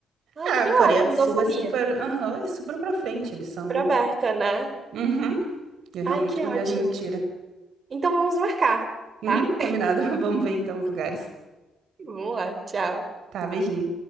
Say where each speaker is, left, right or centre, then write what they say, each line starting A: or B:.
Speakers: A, on the right; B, on the right.
A: Ai,
B: Ah,
A: que
B: A Coreia
A: ótimo,
B: do Sul
A: não sabia.
B: é super. Aham, é super pra frente. Eles são.
A: Super aberta, né?
B: Uhum. É realmente
A: Ai, que
B: uma
A: ótimo.
B: viagem muito tira.
A: Então vamos marcar,
B: Uhum,
A: tá?
B: combinado. <laughs> Vamos ver então os lugares.
A: <laughs> Vamos lá, tchau.
B: Tá, beijinho.